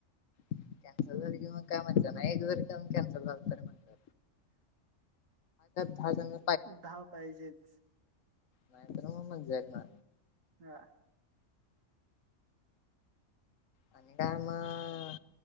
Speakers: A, on the left; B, on the right.
A: कॅन्सल झाली कि मग काय म्ह नाही एक जरी का कॅन्सल झालं त मग दहा जण
B: धाव पाहिजेच
A: नाही तरर मग मजयक ना
B: हा
A: आणि काय म